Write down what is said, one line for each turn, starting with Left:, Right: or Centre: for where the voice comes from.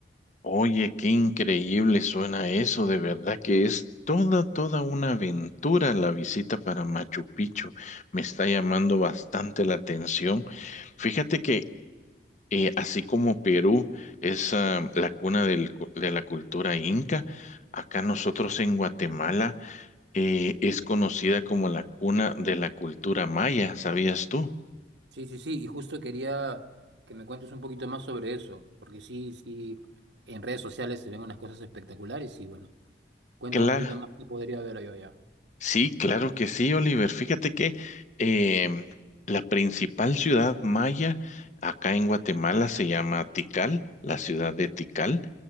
Left: Oye, qué increíble suena eso, de verdad que es toda, toda una aventura la visita para Machu Picchu. Me está llamando bastante la atención. Fíjate que eh, así como Perú es ah, la cuna del cu- de la cultura inca, acá nosotros en Guatemala eh, es conocida como la cuna de la cultura maya, ¿sabías tú?
Right: Sí, sí, sí, y justo quería que me cuentes un poquito más sobre eso, porque sí, sí, en redes sociales se ven unas cosas espectaculares y bueno, cuéntame
Left: Claro.
Right: un poquito más qué podría ver yo allá.
Left: Sí, claro que sí, Oliver. Fíjate que em, la principal ciudad maya acá en Guatemala se llama Tikal, la ciudad de Tikal,